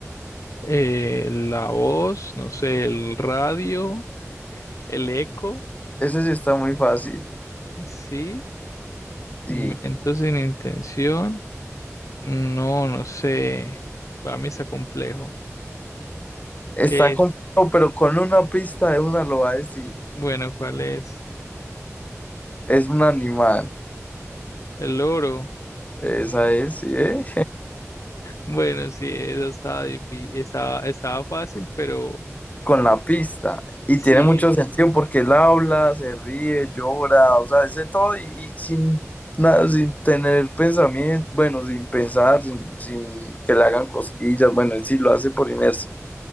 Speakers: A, on the left; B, on the left.
A: Eh, la voz, no sé, el radio. El eco,
B: Ese sí está muy fácil.
A: sí.
B: Sí.
A: Miento sin intención. No, no sé. Para mí está complejo.
B: Está
A: ¿Qué?
B: complejo, pero con una pista de una lo va a decir.
A: Bueno, ¿cuál es?
B: Es un animal.
A: El oro.
B: Esa es, ¿sí? ¿eh?
A: Bueno, sí, eso estaba difí- estaba, estaba fácil, pero
B: Con la pista. Y
A: sí,
B: tiene mucho sentido porque él habla, se ríe, llora, o sea, dice todo y, y sin nada, sin tener pensamiento, bueno, sin pensar, sin, sin que le hagan cosquillas, bueno, y sí lo hace por inercia.